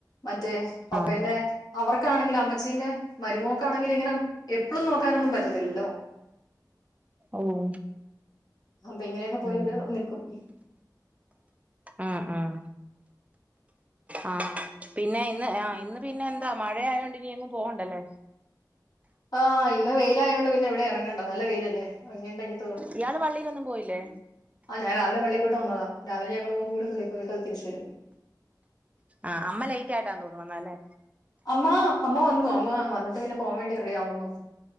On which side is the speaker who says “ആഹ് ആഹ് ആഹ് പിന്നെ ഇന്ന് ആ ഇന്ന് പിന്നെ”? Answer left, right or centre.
Right